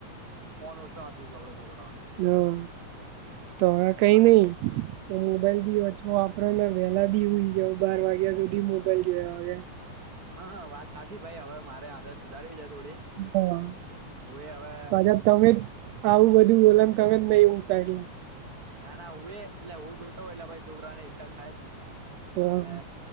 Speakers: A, on the right (about 30°); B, on the right (about 75°).
A: ફોન ઓછો આપીશું આપડા છોકરાને.
B: હા, તો હવે કઈ
A: કારણ
B: નઈ
A: કે
B: હું મોબાઈલ ભી ઓછો આપ પ્રના વેલા બી હુંઈ જાવ બાર વાગ્યા સુધી મોબાઈલ જોયા વાગે.
A: હા હા વાત સાચી ભાઈ હવે મારે આદત સુધારવી છે થોડી
B: હા
A: હું એ હવે
B: પાછા તમે જ આવું બધું બોલા તમે જ નઈ ઊઘતા એટલે.
A: ના, ના હું એ લ્યા હું જ હુંતો હોય એટલે પછી છોકરાને ઈચ્છા થાય જ ને
B: હા
A: એટલે